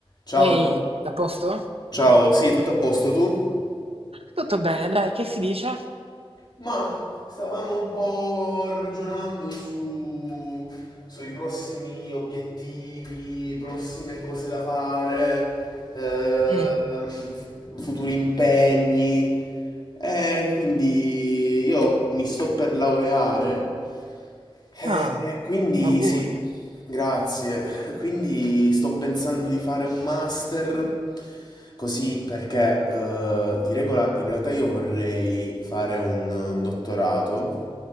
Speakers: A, on the left; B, on the right.
A: Ciao,
B: Ehi, a posto?
A: ciao, sì, tutto a posto tu?
B: Tutto bene, dai, che si dice?
A: Ma stavamo un po' ragionando su, sui prossimi obiettivi, prossime cose da fare, ehm,
B: Mm.
A: futuri impegni. E quindi io mi sto per laureare, e
B: Ah,
A: quindi
B: auguri.
A: sì, grazie. quindi sto pensando di fare un master così perché eh, di regola in realtà io vorrei fare un, un dottorato